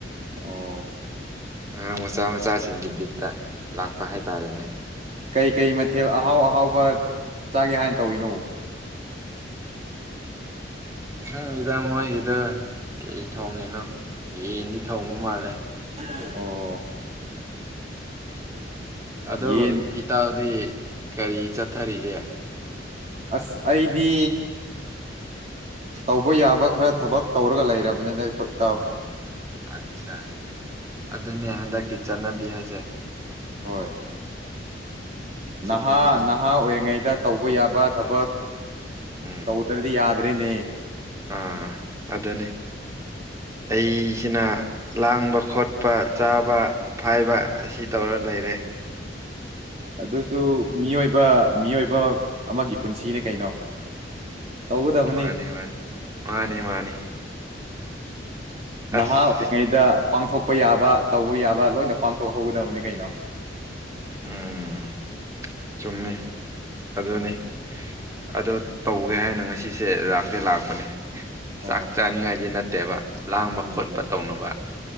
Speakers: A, on the right; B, on the right.
A: ꯑꯣ
B: ꯑꯉꯥꯡ ꯃꯆꯥ ꯃꯆꯥꯁꯤꯡꯒꯤ ꯕꯤꯠꯇ ꯂꯥꯛꯄ ꯍꯥꯏꯇꯥꯔꯦꯅꯦ
A: ꯀꯩ ꯀꯩ ꯃꯊꯦꯜ ꯑꯍꯥꯎ ꯑꯍꯥꯎꯕ ꯆꯥꯒꯦ ꯍꯥꯏꯟ ꯇꯧꯔꯤꯅꯣ
B: ꯈꯪꯗꯦꯗ ꯃꯣꯏꯒꯤꯗ ꯀꯔꯤ ꯊꯣꯡꯉꯤꯅꯣ ꯌꯦꯟꯗꯤ ꯊꯣꯡꯕ ꯃꯥꯜꯂꯦ
A: ꯑꯣ
B: ꯑꯗꯣ
A: ꯌꯦꯟ
B: ꯏꯇꯥꯎꯗꯤ ꯀꯔꯤ ꯆꯠꯊꯔꯤꯒꯦ
A: ꯑꯁ ꯑꯩꯗꯤ ꯇꯧꯕ ꯌꯥꯕ ꯈꯔ ꯊꯕꯛ ꯇꯧꯔꯒ ꯂꯩꯔꯕꯅꯤꯅꯦ ꯀꯦ ꯇꯥꯎ
B: ꯑꯠꯆꯥ ꯑꯗꯨꯅꯦ ꯍꯟꯗꯛꯀꯤ ꯆꯠꯅꯕꯤ ꯍꯥꯏꯁꯦ
A: ꯍꯣꯏ
B: ꯆꯠꯅꯕꯤ
A: ꯅꯍꯥ ꯅꯍꯥ ꯑꯣꯏꯔꯤꯉꯩꯗ ꯇꯧꯕ ꯌꯥꯕ ꯊꯕꯛ
B: ꯎꯝ
A: ꯇꯧꯗ꯭ꯔꯗꯤ ꯌꯥꯠ ꯍꯣꯔꯦꯟ ꯅꯦ
B: ꯑꯥ ꯑꯗꯨꯅꯦ ꯑꯩꯁꯤꯅ ꯂꯥꯡꯕ ꯈꯣꯠꯄ ꯆꯥꯕ ꯐꯥꯏꯕ ꯑꯁꯤ ꯇꯧꯔ ꯂꯩꯔꯦ
A: ꯑꯗꯨꯁꯨ ꯃꯤꯑꯣꯏꯕ ꯃꯤꯑꯣꯏꯕ ꯑꯃꯒꯤ ꯄꯨꯟꯁꯤꯅꯦ ꯀꯩꯅꯣ ꯇꯧꯒꯗꯕꯅꯤ
B: ꯃꯥꯅꯦ ꯃꯥꯅꯦ ꯃꯥꯅꯦ ꯃꯥꯅꯦ ꯑꯁ
A: ꯅꯍꯥ ꯇꯤꯉꯩꯗ ꯄꯥꯡꯊꯣꯛꯄ ꯌꯥꯕ ꯇꯧꯕ ꯌꯥꯕ ꯂꯣꯏꯅ ꯄꯥꯡꯊꯣꯛꯍꯧꯒꯗꯕꯅꯤ ꯀꯩꯅꯣ
B: ꯎꯝ ꯆꯨꯝꯃꯤ ꯑꯗꯨꯅꯤ ꯑꯗꯣ ꯇꯧꯒꯦ ꯍꯥꯏꯅ ꯉꯁꯤꯁꯦ ꯂꯥꯛꯇꯤ ꯂꯥꯛꯄꯅꯦ
A: ꯑꯣ
B: ꯆꯥꯛ ꯆꯥꯅꯤꯉꯥꯏꯗꯤ ꯅꯠꯇꯦꯕ ꯂꯥꯡꯕ
A: ꯎꯝ
B: ꯈꯣꯠꯄ ꯇꯧꯅꯕ